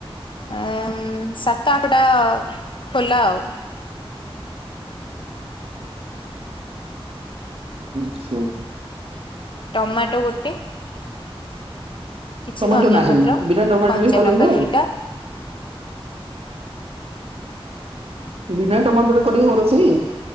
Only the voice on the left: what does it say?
ଆଁ ସାତ ଆଠଟା ଖୋଲା ଆଉ।
ଟମାଟୋ ଗୋଟେ କିଛି
ଧନିଆ
ପତ୍ର
କଞ୍ଚା
ଲଙ୍କା ଦୁଇଟା